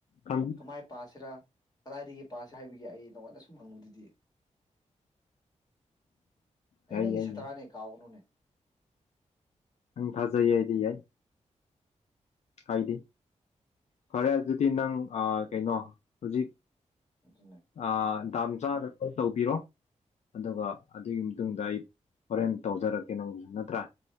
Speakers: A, on the left (about 65°); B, on the left (about 30°).
A: ꯎꯝ
B: ꯀꯃꯥꯏ ꯄꯁꯤꯔꯥ ꯀꯗꯥꯏꯗꯒꯤ ꯄꯥꯁꯦ ꯍꯥꯏꯕꯒꯦ ꯑꯩ ꯅꯉꯣꯟꯗ ꯁꯨꯝ ꯍꯪꯕꯗꯨꯗꯤ ꯑꯩ
A: ꯌꯥꯏ
B: ꯅꯪꯒꯤ
A: ꯌꯥꯏ
B: ꯁꯥꯠꯇꯔꯥꯅꯦ
A: ꯌꯥꯏ
B: ꯀꯥꯎꯒꯅꯨꯅꯦ
A: ꯑꯪ ꯊꯥꯖꯩ ꯍꯥꯏꯗꯤ ꯌꯥꯏ ꯍꯥꯏꯗꯤ ꯐꯔꯦ ꯑꯗꯨꯗꯤ ꯅꯪ ꯀꯩꯅꯣ ꯍꯧꯖꯤꯛ
B: ꯑꯗꯨꯅꯦ
A: ꯑ ꯗꯝ ꯆꯞ ꯆꯥꯗ ꯀꯣꯜ ꯇꯧꯕꯤꯔꯣ ꯑꯗꯨꯒ ꯑꯗꯨꯒꯤ ꯃꯇꯨꯡꯗ ꯑꯩ ꯍꯣꯔꯦꯟ ꯇꯧꯖꯔꯛꯀꯦ ꯅꯪꯁꯨ ꯅꯠꯇ꯭ꯔꯥ